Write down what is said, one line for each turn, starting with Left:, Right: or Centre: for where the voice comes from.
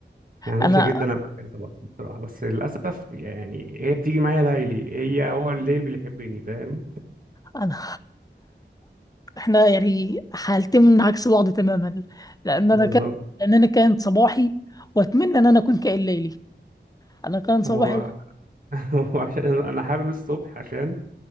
Right: يعني
Left: انا
Right: نفسي جدا ابقى كائن صباحي بصراحة بس للاسف يعني هي بتيجي معايا ليلي هي هو الليل بيحبني فاهم
Left: انا احنا يعني حالتين من عكس بعض تماما لان انا
Right: بالظبط
Left: كان لان انا كان صباحي واتمنى ان انا اكون كائن ليلي انا كان صباحي
Right: هو <laughs> هو عشان انا حابب الصبح عشان